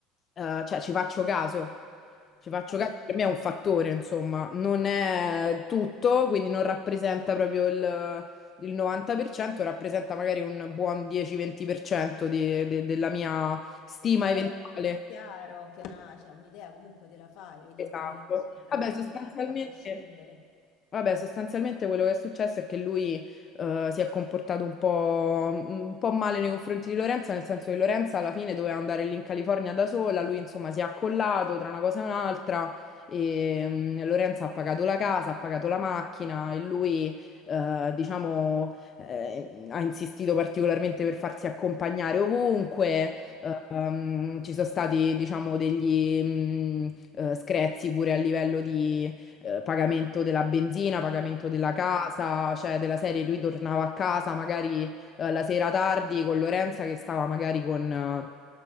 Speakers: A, on the left; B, on the left.
A: eh, cioè, ci faccio caso. Ci faccio
B: vabbè,
A: caso, per me è un fattore, insomma, non è tutto, quindi non rappresenta proprio il, il 90% rappresenta magari un buon 10-20% di- de- della mia stima eventuale.
B: vabbè, è chiaro che una- cioè, un'idea comunque te la fai, vedi
A: Esatto.
B: come le persone trattano
A: Vabbè, sostanzialmente.
B: gli altri a prescindere.
A: Vabbè, sostanzialmente quello che è successo è che lui eh, si è comportato un po', mm, un po' male nei confronti di Lorenza, nel senso che Lorenza alla fine doveva andare lì in California da sola, lui insomma si è accollato tra una cosa e un'altra e mm, Lorenza ha pagato la casa, ha pagato la macchina e lui eh, diciamo eh, ha insistito particolarmente per farsi accompagnare ovunque. Eh, ehm, ci sono stati diciamo degli mm, eh, screzi pure a livello di eh, pagamento della benzina, pagamento della casa,
B: No.
A: cioè della serie lui tornava a casa magari eh, la sera tardi con Lorenza che stava magari con, eh,